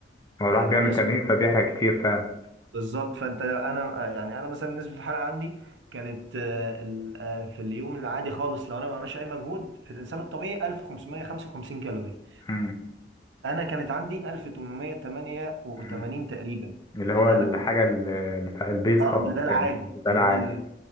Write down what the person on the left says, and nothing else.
هو الواحد
بيعمل
تمرين فبيحرق كتير فعلا
مم،
مم.
اللي هو
الحاجة
ال- الف- البيز
خالص
يعني ده
العادي